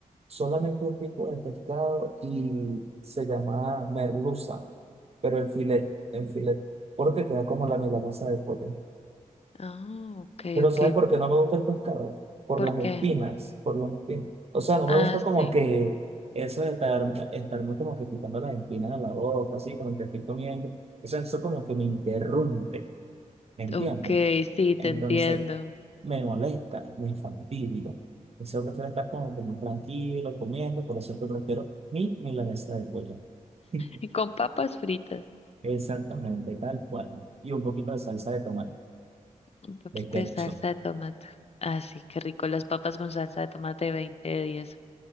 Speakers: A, on the right; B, on the left.
A: Solamente un tipo de pescado y se llama merluza, pero el filet, el filet, porque queda como la milanesa de pollo.
B: Ah, ok,
A: Pero
B: ok.
A: ¿sabes por qué no me gusta el pescado? Por
B: ¿Por
A: las
B: qué?
A: espinas, por las espinas. O sea, no
B: Ah,
A: me gusta
B: sí.
A: como que eso de estar, estarme como que quitando las espinas de la boca, así, como que estoy comiendo. O sea, eso como que me interrumpe, ¿me entiendes?
B: Ok, sí, te
A: Entonces,
B: entiendo.
A: me molesta, me fastidia. Entonces, yo prefiero estar como que muy tranquilo, comiendo, por eso es que prefiero mi milanesa de pollo. <laughs>
B: Y con papas fritas.
A: Exactamente, tal cual. Y un poquito de salsa de tomate,
B: Un poquito
A: de ketchup.
B: de salsa de tomate. Ah, sí, qué rico. Las papas con salsa de tomate veinte de diez